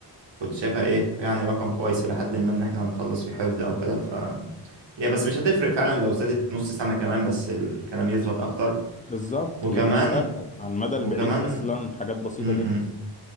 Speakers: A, on the right; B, on the left.
A: كنت شايفها ايه يعني رقم كويس الى حد ما ان احنا هنخلص في حفظ او كده ف هي بس مش هتفرق فعلا لو زادت نص سنة كمان بس الكلام يثبت اكتر
B: بالظبط
A: وكمان
B: هي مش فارقة على المدى البعيد
A: وكمان
B: اصلا حاجات بسيطة
A: م
B: جدا
A: -م.